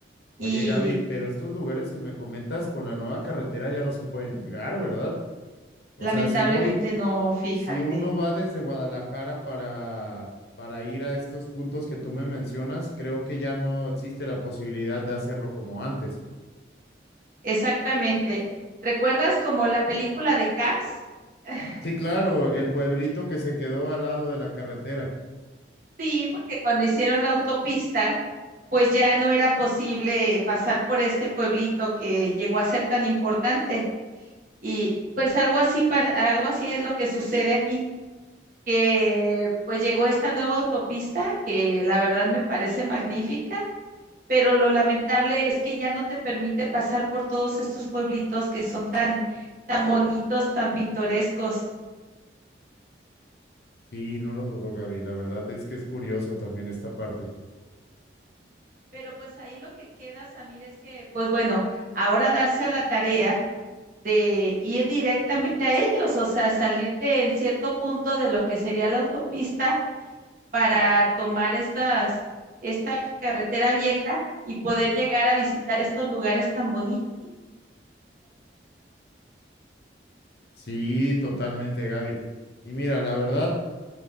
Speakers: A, on the left; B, on the right.
A: Oye,
B: y
A: Gaby, pero estos lugares que me comentas con la nueva carretera ya no se pueden llegar, ¿verdad? O
B: lamentablemente
A: sea, si voy,
B: no, fíjate.
A: si uno va desde Guadalajara para, para ir a estos puntos que tú me mencionas, creo que ya no existe la posibilidad de hacerlo como antes.
B: Exactamente. ¿Recuerdas como la película de Cars? <laughs>
A: Sí, claro, el pueblito que se quedó al lado de la carretera.
B: Sí, porque cuando hicieron la autopista, pues ya no era posible pasar por este pueblito que llegó a ser tan importante. Y pues algo así, pa- algo así es lo que sucede aquí, que pues llegó esta nueva autopista que la verdad me parece magnífica, pero lo lamentable es que ya no te permite pasar por todos estos pueblitos que son tan, tan bonitos, tan pintorescos.
A: Sí, no lo dudo, Gaby. La verdad es que es curioso también esta parte.
B: Pero pues ahí lo que queda, Samir, es que pues bueno, ahora darse a la tarea de ir directamente a ellos, o sea, salirte en cierto punto de lo que sería la autopista para tomar estas, esta carretera vieja y poder llegar a visitar estos lugares tan bonitos.
A: Sí, totalmente, Gaby. Y mira, la verdad,